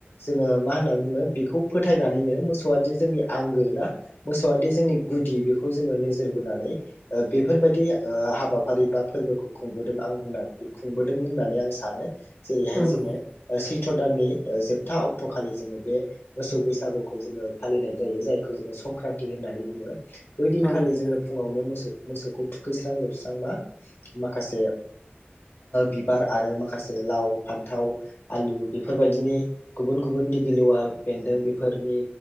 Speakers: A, on the left (about 50°); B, in the centre.
A: जोङो मा होननानै बुङो बेखौ फोथायनानैनो मोसौआदि जोंनि आंगो ना मोसौआदि जोंनि गुदि बेखौ जोङो नोजोर बोनानै बेफोरबायदि हाबाफारि बा फोरबोखौ खुंबोदों आं होनना खुंबोदों होननानै आं सानो जेरैहाय
B: औ
A: जोङो
B: नोंथां
A: सै थ्र' दाननि जोबथा अक्ट' खालि जोङो बे मोसौ बैसागुखौ जोङो फालिनाय जायो जायखौ जोङो संक्रान्ति होननानै बुङो। बै दिनखालि
B: औ नोंथां
A: जोङो फुङावनो मोसौ मोसौखौ थुखैस्रां लोबस्रां मा माखासे बिबार आरो माखासे लाव फान्थाव आलु बेफोरबायदिनि गुबुन गुबुन गुन्दि गिलौआ बेन्दों बेफोरनि